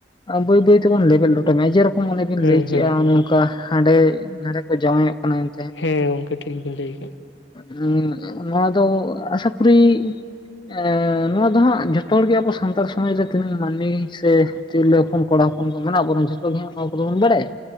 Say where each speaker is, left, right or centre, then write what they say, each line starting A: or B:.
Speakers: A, on the left; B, on the left.
A: ᱟ ᱵᱟᱹᱭ ᱵᱟᱹᱭ ᱛᱮᱵᱚᱱ ᱞᱮᱵᱮᱞ ᱞᱚᱴᱚᱢᱮᱜ ᱡᱮᱨᱼᱼ ᱠᱟ ᱚᱱᱮ ᱵᱤᱱ
B: ᱦᱮᱸ
A: ᱞᱟᱹᱭ ᱠᱮᱜ-ᱟ᱾
B: ᱦᱮᱸ
A: ᱦᱟᱸᱰᱮ ᱱᱟᱱᱰᱮ ᱠᱚ ᱡᱟᱶᱟᱭᱚᱜ ᱠᱟᱱᱟ ᱮᱱ
B: ᱦᱮᱸ ᱜᱚᱝᱠᱮ ᱴᱷᱤᱠ ᱵᱮᱱ ᱞᱟᱹᱭ ᱟᱠᱟᱜ᱾
A: ᱦᱩᱸ ᱱᱚᱶᱟ ᱫᱚ ᱪᱷᱟᱯᱨᱤ ᱮᱸ ᱱᱚᱣᱟ ᱫᱚ ᱦᱟᱸᱜ ᱡᱚᱛᱚ ᱦᱚᱲ ᱜᱮ ᱟᱵᱚ ᱥᱟᱱᱛᱟᱲ ᱥᱚᱢᱟᱡᱽ ᱨᱮ ᱛᱤᱱᱟᱹᱜ ᱢᱟᱱᱢᱤ ᱥᱮ ᱛᱤᱨᱞᱟᱹ ᱦᱚᱯᱚᱱ ᱠᱚᱲᱟ ᱦᱚᱯᱚᱱ ᱠᱚ ᱢᱮᱱᱟᱜ ᱵᱚᱱᱟ ᱡᱷᱚᱛᱚ ᱜᱮ ᱦᱟᱜ ᱱᱚᱣᱟ ᱠᱚᱫᱚ ᱵᱚᱱ ᱵᱟᱲᱟᱭᱟ᱾